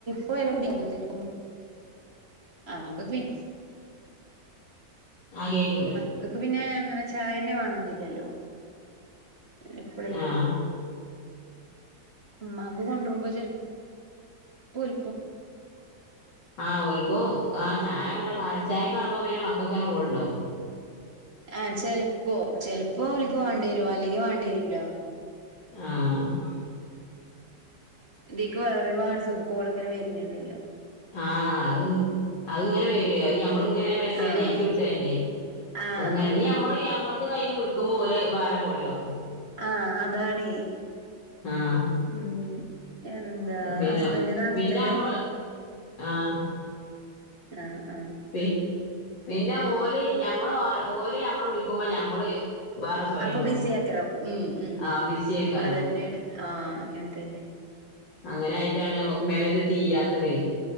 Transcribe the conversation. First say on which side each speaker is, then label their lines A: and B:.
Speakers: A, on the right (about 35°); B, on the left (about 85°).
A: <unintelligible>
B: ആ കേക്ണ്ട്.
A: ഇകക്ക് പിന്നെ അങ്ങനെ ചായന്നെ വേണൊന്നില്ലല്ലോ എപ്പ
B: ആ
A: ഇമ്മാക്ക് കൊട്രുമ്പം ചെൽമ്പോൽക്കും
B: ആഹ് ഓൽക്കോ ആ ചായ കണ്ട പാൽ ചായ കാണുമ്പം പിന്നെ മക്കൾക്കെന്നെ കോൾണ്ടാവും.
A: ആ ചെലപ്പോ ചെലപ്പോ ഓൽക്ക് വാണ്ട്യരും അല്ലെങ്കി വാണ്ടി വരൂല.
B: ആഹ്
A: ഇതീക്ക് വേറെ വാട്സപ്പ് കോൾ ഇങ്ങനെ വര്ന്ടെ
B: ആആഹ് അഹ്ങ്ങനെ
A: ഉം
B: വര്യേ അഹ് ഞമ്മള്ങ്ങനെ മെസ്സേജ്
A: ആഹ്
B: അയച്ച് വിട്ടല്ലേ.
A: ആഹ്
B: ഇങ്ങനെ
A: ആഹ്
B: ഇഞ്ഞ് നമ്മള് നമ്മൾത് കയ്ഞ്ഞ് വിളിക്കുമ്പോ ഓല്‌ വേറെ കോളിലാവും.
A: ആഹ് അതാണേ
B: ആഹ്
A: മ്. എന്താ
B: പിന്നെ
A: ഹസ്ബന്റ് നാട്ടിൽ
B: പിന്നെ
A: തന്നെ?
B: നമ്മള് ആഹ്
A: ആഹ് ആഹ്.
B: പി പിന്നെ ഓല ഞമ്മള് ഓ ഓല നമ്മള് വിളിക്കുമ്പോ ഞമ്മള് വേറെ സൊയലും
A: അപ്പൊ ബിസി
B: ആവും
A: ആക്കരം ഉം ഉം
B: ആ ബിസിയേക്കാരും
A: അതന്നെയാണ് ആ അങ്ങൻത്തന്നെ
B: അങ്ങനായിട്ടാണ് നമ്മക്ക് മേം മേംത് തീരാത്തതെ.